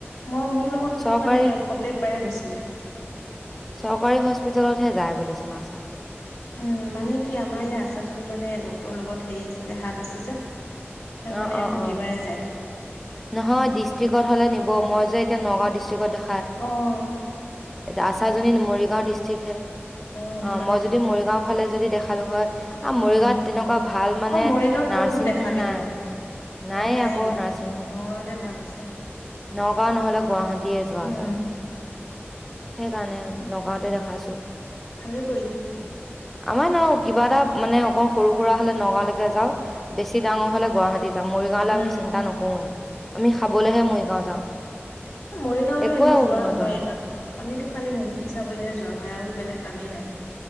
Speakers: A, on the left; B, in the centre.
A: মই মোৰ লগত কিন্তু
B: চৰকাৰী
A: মানে প্ৰত্যেকবাৰে গৈছিলে
B: চৰকাৰী হস্পিতেলতহে যায় বোলে চিনেমা চা
A: উম মানে কি আমাৰ এই আচাজনী মানে ডক্তৰৰ লগত হেৰি আছে যে হাত আছে যে তাই
B: অহ
A: মানে
B: অহ
A: প্ৰতিবাৰে
B: অহ
A: যায়
B: নহয় ডিষ্ট্ৰিকত হলে নি অহ মই যে এতিয়া নগাঁও ডিষ্ট্ৰিকত দে
A: অহ
B: এতিয়া আচাজনী মৰিগাঁও ডিষ্ট্ৰিক হে
A: সেইটো
B: অ
A: কাৰণে
B: মই
A: প্ৰব্লেম
B: যদি মৰিগাওঁ ফালে যদি দেখালো হয় আ মৰিগাঁওত
A: উম
B: তেনেকোৱা ভাল মানে।
A: অ মৰিগাঁৱত
B: নাৰ্ছিং
A: ক'তনো দেখাবিনো
B: হোম নাই
A: ভাল
B: নায়ে
A: নাই
B: আকৌ
A: দেখোন
B: নাৰ্ছিং হোম
A: নগাঁওতে ভাল আছে।
B: নগাঁও নহ'লেও গুৱাহাটীয়ে যোৱা
A: উম
B: যায়। সেইকাৰণে নগাঁতে দেখাইছো।
A: ভালে কৰিলে।
B: আমাৰ ন কিবা এটা মানে অকণ সৰু সুৰা হলে নগাঁওলৈকে যাওঁ বেছি ডাঙ হলে গুৱাহাটী যা মৰিগাঁওলৈ
A: উম
B: আমি চিন্তা নকৰোৱে আমি খাবলৈহে মৰিগাঁও যাওঁ
A: এই মৰিগাওঁতো
B: একোৱে
A: এনেও যোৱা
B: উন্নত
A: নহয় ইমান আমিতো খালি মুভি চাবলৈহে যোৱা হয় আৰু বেলেগ কামেই নাই